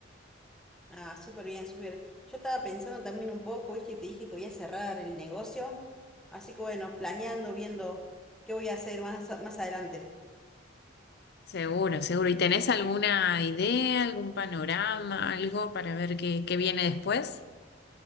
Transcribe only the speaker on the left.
Seguro, seguro. ¿Y tenés alguna idea, algún panorama, algo para ver qué, qué viene después?